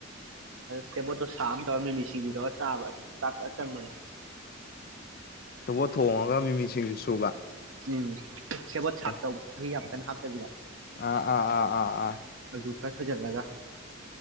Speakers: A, on the right; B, on the left.
A: ꯁꯦꯕꯣꯠꯇꯣ ꯁꯥꯛ ꯑꯃ ꯇꯧꯔꯒ ꯃꯤꯃꯤ ꯁꯤꯡꯖꯨ ꯇꯧꯔ ꯆꯥꯕ ꯆꯥꯛ ꯐꯖꯅ ꯆꯪꯕꯤꯅꯤ
B: ꯁꯦꯕꯣꯠ ꯊꯣꯡꯉꯒ ꯃꯤꯃꯤꯁꯤꯡꯖꯨ ꯁꯨꯕ
A: ꯎꯝ ꯁꯦꯕꯣꯠ ꯁꯥꯛ
B: ꯑꯦ
A: ꯇꯧꯕ ꯃꯤ ꯌꯥꯝ ꯀꯩꯝ ꯍꯥꯞꯇꯕꯤꯗ
B: ꯑꯥ ꯑꯥ ꯑꯥ ꯑꯥ ꯑꯥ
A: ꯗꯨꯀ ꯁꯣꯏꯖꯂꯒ